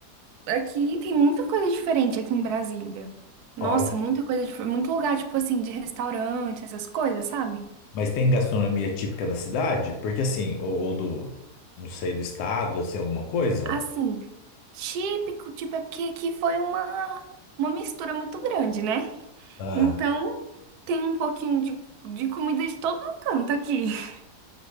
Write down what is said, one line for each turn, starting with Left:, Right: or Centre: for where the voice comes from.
Right: Aqui tem muita coisa diferente aqui em Brasília. Nossa,
Left: Ó, eu-
Right: muita coisa diferente. Muito lugar, tipo assim, de restaurante, essas coisas, sabe?
Left: mas tem gastronomia típica da cidade? Porque assim, ou, ou do, não sei, do estado, assim, alguma coisa?
Right: Assim, típico, tipo, é porque aqui foi uma, uma mistura muito grande, né?
Left: Ah,
Right: Então, tem um pouquinho de, de comida de todo canto aqui. <laughs>